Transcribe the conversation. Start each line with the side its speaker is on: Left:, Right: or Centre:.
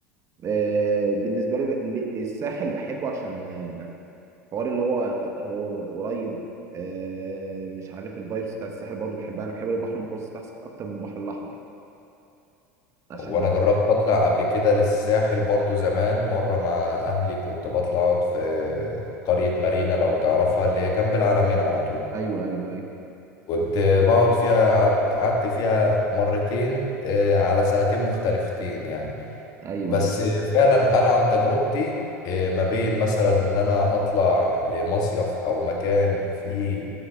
Right: آه، بالنسبه لي ب- الساحل بحبه عشان حوار اللي هو هو قريب آه، مش عارف الفايبس بتاع الساحل برضه بحبها انا بحب البحر المتوسط احسن اكتر من البحر الاحمر عشان
Left: وانا جربت اطلع قبل كده للساحل برضو زمان مرة مع اهلي كنت بطلع اقعد في قرية مارينا لو تعرفها اللي هي جنب العلمين على طول
Right: ايوه ايوه ايوه ايوه
Left: كنت بقعد فيها قعدت قعدت فيها مرتين آه، على سنتين مختلفتين يعني
Right: ايوه
Left: بس
Right: ايوه
Left: فعلا انا عن تجربتي إيه، ما بين مثلا ان انا اطلع لمصيف او مكان فيه